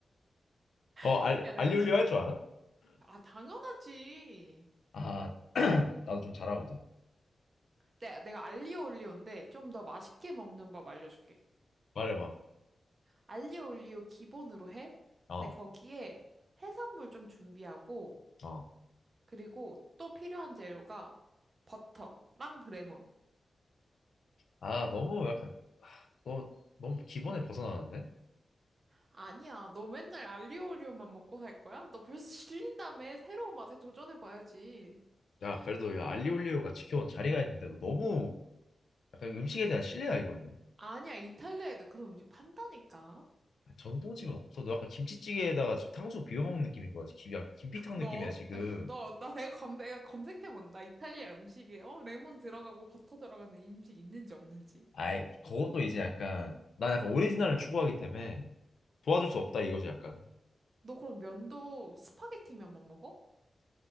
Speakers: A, on the left; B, on the right.
A: 어,
B: <laughs>
A: 알,
B: 야,
A: 알리올리오
B: 내가 진
A: 할 줄 알아?
B: 아, 당연하지.
A: 아, <clears throat> 나도 좀 잘하거든.
B: 내가, 내가 알리올리오인데 좀 더 맛있게 먹는 법 알려줄게.
A: 말해봐.
B: 알리올리오 기본으로 해?
A: 어,
B: 근데 거기에 해산물 좀 준비하고,
A: 어.
B: 그리고 또 필요한 재료가 버터랑 레몬.
A: 아, 너무 약간, 너 너무 기본에 벗어나는데?
B: 아니야, 너 맨날 알리오올리오만 먹고 살 거야? 너 벌써 질린 다음에 새로운 맛에 도전해봐야지.
A: 야, 그래도 야, 알리올리오가 지켜온 자리가 있는데, 너 너무 약간 음식에 대한 신뢰야, 이거는.
B: 아니야, 이탈리아에도 그런 음식 판다니까.
A: 아, 전통집은 없어. 너 약간 김치찌개에다가 지금 탕수육 비벼 먹는 느낌인 거야. 김, 약 김피탕
B: 너,
A: 느낌이야
B: 어-
A: 지금.
B: <laughs> 너, 나 내가 검, 내가 검색해본다. 이탈리아 음식에, 어? 레몬 들어가고 버터 들어가는 이 음식 있는지 없는지.
A: 아이 그것도 이제 약간 난 약간 오리지널을 추구하기 때문에 도와줄 수 없다 이것이 약간.
B: 너 그럼 면도 스파게티 면만 먹어?